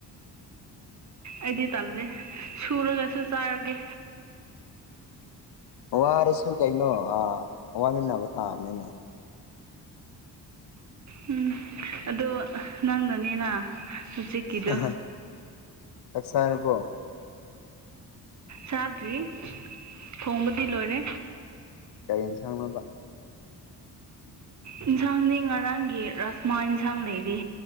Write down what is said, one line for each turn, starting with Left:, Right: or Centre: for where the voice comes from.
Right: ꯑꯩꯗꯤ ꯇꯜꯂꯦ ꯁꯨꯔꯒꯁꯨ ꯆꯥꯔꯒꯦ
Left: ꯋꯥꯔꯁꯨ ꯀꯩꯅꯣ ꯋꯥꯃꯤꯟꯅꯕ ꯇꯥꯕꯅꯤꯅꯦ
Right: ꯎꯝ ꯑꯗꯣ ꯅꯪꯅꯅꯤꯅ ꯍꯧꯖꯤꯛꯀꯤꯗꯣ
Left: ꯎ ꯐꯁ ꯍꯥꯏꯅ ꯄꯣ
Right: ꯆꯥꯗ꯭ꯔꯤ ꯈꯣꯡꯕꯗꯤ ꯂꯣꯏꯔꯦ
Left: ꯀꯔꯦꯟ ꯁꯥꯡꯅꯕ
Right: ꯌꯦꯟꯁꯥꯡꯗꯤ ꯉꯔꯥꯡꯒꯤ ꯔꯥꯁꯃꯥ ꯌꯦꯟꯁꯥꯡ ꯂꯩꯔꯤ